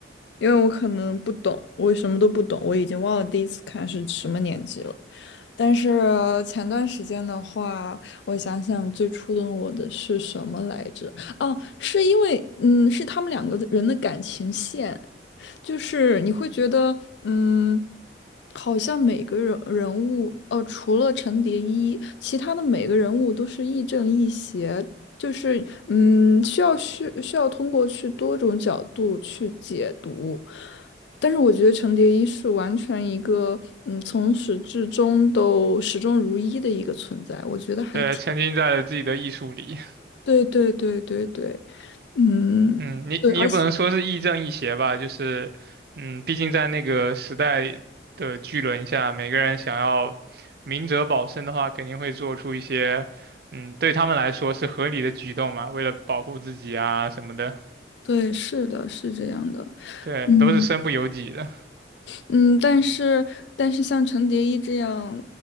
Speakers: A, on the left; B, on the right.
A: 因为我可能不懂，我什么都不懂，我已经忘了第一次看是什么年纪了。但是前段时间的话，我想想最触动我的是什么来着？哦，是因为嗯，是他们两个人的感情线，就是你会觉得嗯，好像每个人人物，呃，除了陈蝶衣，其他的每个人物都是亦正亦邪。就是嗯，需要去需要通过去多种角度去解读，但是我觉得程蝶衣是完全一个，嗯，从始至终都始终如一的一个存在，我觉得还挺，
B: 对，沉浸在了自己的艺术里。
A: 对对对对对，嗯，
B: 嗯，你你也不能说是亦正亦邪吧，
A: 对，而且
B: 就是，嗯，毕竟在那个时代的巨轮下，每个人想要明哲保身的话，肯定会做出一些，嗯，对他们来说是合理的举动嘛，为了保护自己啊什么的，
A: 对，是的，是这样的，
B: 对，
A: 嗯
B: 都是身不由己的。
A: 嗯，但是但是像程蝶衣这样，